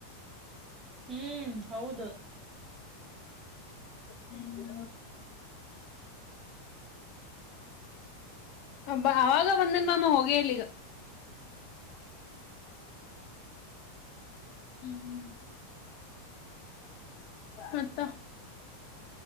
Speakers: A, on the right; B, on the left.
A: ಹ್ಮ್ ಹೌದು
B: ಹ್ಮ ಬ ಅವಾಗ ಬಂದಿನ ನಾನ ಹೋಗಿಲಿ ಈಗ
A: ಹ
B: ಹ್ಮ್ ಹ್ಮ್ ಮತ್ತ